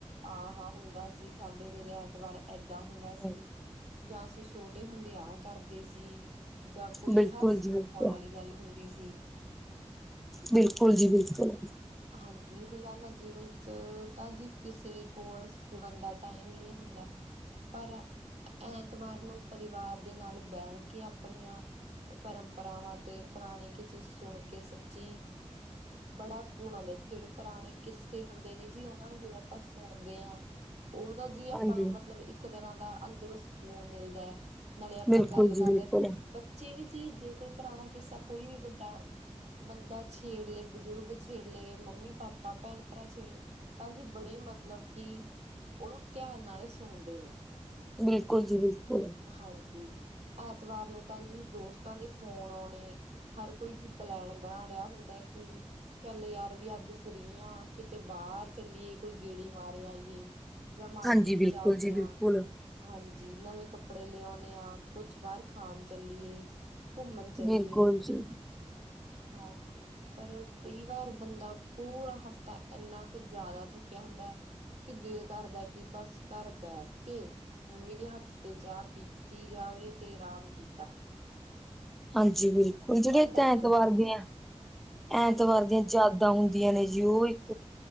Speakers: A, on the right; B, in the centre.
A: ਆਹ ਹੁੰਦਾ ਸੀ ਸਾਡੇ ਵੇਲੇ ਐਤਵਾਰ ਏਦਾਂ ਹੁੰਦਾ
B: ਹਾਂ,
A: ਸੀ ਜਾਂ ਅਸੀਂ ਛੋਟੇ ਹੁੰਦੇ ਆਹ ਕਰਦੇ ਸੀ। ਜਾਂ ਕੋਈ
B: ਬਿਲਕੁਲ
A: ਹਾਸੇ
B: ਜੀ ਬਿਲਕੁਲ
A: ਮਖੌਲ ਵਾਲੀ ਗੱਲ ਹੁੰਦੀ ਸੀ।
B: ਬਿਲਕੁਲ ਜੀ ਬਿਲਕੁਲ।
A: ਹਾਂਜੀ ਰੋਜ਼ਾਨਾ ਜੀਵਨ ਚ ਤਾਂ ਜੀ ਕਿਸੇ ਕੋਲ ਸੁਣਨ ਦਾ ਟਾਈਮ ਹੀ ਨਹੀਂ ਹੁੰਦਾ, ਪਰ ਐਤਵਾਰ ਨੂੰ ਪਰਿਵਾਰ ਦੇ ਨਾਲ ਬਹਿ ਕੇ ਆਪਣੀਆਂ ਪਰੰਪਰਾਵਾਂ ਤੇ ਪੁਰਾਣੇ ਕਿਸੇ ਸੁਣ ਕੇ ਸੱਚੀ ਬੜਾ ਸਕੂਨ ਆਉਂਦਾ ਜੀ ਜਿਹੜੇ ਪੁਰਾਣੇ ਕਿੱਸੇ ਹੁੰਦੇ ਨੇ ਜੀ ਉਹਨਾਂ ਨੂੰ ਜਦੋਂ ਆਪਾਂ ਸੁਣਦੇ ਹਾਂ ਉਹਦਾ ਜੀ ਆਪਾਂ
B: ਹਾਂਜੀ।
A: ਨੂੰ ਮਤਲਬ ਇੱਕ ਤਰ੍ਹਾਂ ਦਾ ਅੰਦਰੋਂ ਸਕੂਨ ਮਿਲਦਾ। ਨਾਲੇ ਆਪਾਂ
B: ਬਿਲਕੁਲ
A: ਗੱਲ
B: ਜੀ
A: ਕਰਦੇ
B: ਬਿਲਕੁਲ,
A: ਹਾਂ ਬੱਚੇ ਵੀ ਜੀ ਜੇ ਕੋਈ ਪੁਰਾਣਾ ਕਿੱਸਾ ਕੋਈ ਵੀ ਵੱਡਾ ਬੰਦਾ ਛੇੜ ਲਏ ਬਜ਼ੁਰਗ ਛੇੜ ਲਏ ਮੰਮੀ ਪਾਪਾ ਭੈਣ ਭਰਾ ਛੇੜ ਲਏ। ਤਾਂ ਜੀ ਬੜੇ ਮਤਲਬ ਕਿ ਉਹਨੂੰ ਧਿਆਨ ਨਾਲ ਸੁਣਦੇ ਨੇ।
B: ਬਿਲਕੁਲ ਜੀ ਬਿਲਕੁਲ।
A: ਹਾਂਜੀ, ਐਤਵਾਰ ਨੂੰ ਤਾਂ ਜੀ ਦੋਸਤਾਂ ਦੇ ਫੋਨ ਔਣੇ ਹਰ ਕੋਈ ਜੀ ਪਲੈਨ ਬਣਾ ਰਿਹਾ ਹੁੰਦਾ, ਕਿ ਚੱਲ ਯਾਰ ਵੀ ਅੱਜ ਫ੍ਰੀ ਆਂ, ਕਿਤੇ ਬਾਹਰ ਚੱਲੀਏ ਕੋਈ ਗੇੜੀ ਮਾਰ ਆਈਏ। ਜਾਂ, ਮਾਰਕੀਟ
B: ਹਾਂਜੀ ਬਿਲਕੁਲ
A: ਚਲਦੇ
B: ਜੀ ਬਿਲਕੁਲ।
A: ਆਂ। ਹਾਂਜੀ, ਨਵੇਂ ਕੱਪੜੇ ਲਿਆਉਂਨੇ ਆ, ਕੁਛ ਬਾਹਰ ਖਾਣ ਚੱਲੀਏ। ਘੁੰਮਨ ਚੱਲੀਏ,
B: ਬਿਲਕੁਲ ਜੀ,
A: ਹਾਂਜੀ। ਪਰ, ਕਈ ਵਾਰ ਬੰਦਾ ਪੂਰਾ ਹਫ਼ਤਾ ਇੰਨਾ ਕ ਜ਼ਿਆਦਾ ਥੱਕਿਆ ਹੁੰਦਾ। ਕੀ ਦਿਲ ਕਰਦਾ ਕਿ, ਬਸ ਘਰ ਬੈਠਕੇ ਮੰਮੀ ਦੇ ਹੱਥ ਤੇ ਚਾ ਪੀ ਕੀਤੀ ਜਾਵੇ, ਤੇ ਅਰਾਮ ਕੀ
B: ਹਾਂਜੀ, ਬਿਲਕੁਲ ਜਿਹੜੇ
A: ਤੁਹਾਡਾ
B: ਐਤਵਾਰ
A: ਕੀ
B: ਦੀਆਂ, ਐਤਵਾਰ
A: ਹਾਂਜੀ
B: ਦੀਆਂ ਚਾ ਹੁੰਦੀਆਂ ਨੇ ਜੀ ਉਹ ਇੱਕ,